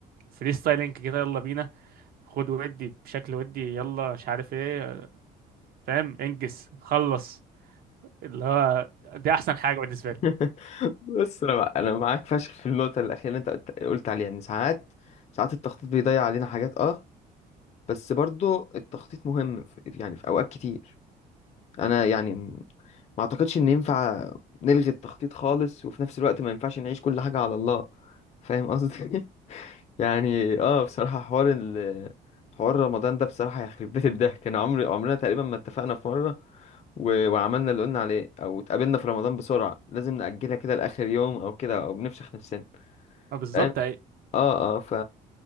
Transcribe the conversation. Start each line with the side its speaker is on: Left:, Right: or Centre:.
Right: الفري ستايلينج كده يلا بينا خد ودي بشكل ودي يلا مش عارف ايه آه، فاهم انجز خلص اللي هو دي احسن حاجه بالنسبه
Left: <laughs>
Right: لي
Left: <laughs> بس انا مع- انا معاك فشخ في النقطه الاخيره اللي انت قلت قلت عليها ان ساعات ساعات التخطيط بيضيع علينا حاجات اه بس برضو التخطيط مهم في يعني في اوقات كتير انا يعني م- ما اعتقدش ان ينفع نلغي التخطيط خالص وفي نفس الوقت ما ينفعش نعيش كل حاجه على الله فاهم قصدي <laughs> يعني اه بصراحه حوار ال حوار رمضان ده بصراحه يخرب بيت الضحك انا عمري عمرنا تقريبا ما اتفقنا في مره و... وعملنا اللي قلنا عليه او اتقابلنا في رمضان بسرعه لازم نأجلها كده لاخر يوم او كده او بنفشخ نفسنا
Right: ما بالظبط
Left: فاهم
Right: أي-
Left: اه اه ف